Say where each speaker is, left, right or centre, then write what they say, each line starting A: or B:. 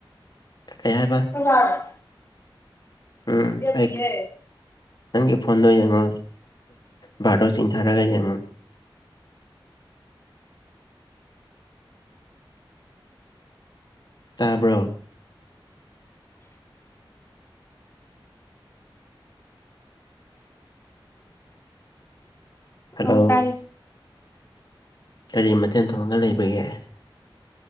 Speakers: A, on the left (about 55°); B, on the left (about 30°).
A: ꯀꯩ ꯍꯥꯏꯕ
B: <unintelligible>
A: ꯎꯝ
B: ꯂꯦꯞꯄꯤꯌꯦ
A: ꯑꯩ ꯅꯪꯒꯤ ꯐꯣꯟꯗꯣ ꯌꯦꯡꯉꯣ ꯕꯥꯔꯗꯣ ꯁꯤꯡꯊꯥꯔꯒꯥ ꯌꯦꯡꯉꯣ ꯇꯥꯕ꯭ꯔꯣ ꯍꯜꯂꯣ
B: ꯑꯧ ꯇꯥꯏꯌꯦ
A: ꯀꯔꯤ ꯃꯊꯦꯜ ꯊꯣꯡꯔꯒ ꯂꯩꯕꯒꯦ